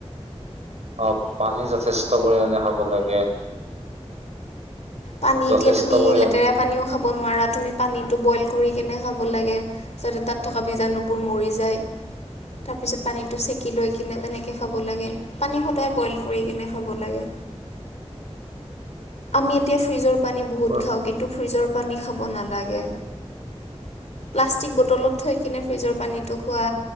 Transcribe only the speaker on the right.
অ' পানী যথেষ্ট পৰিমাণে খাব লাগে।
যথেষ্ট
পৰিমাণে
পুৰা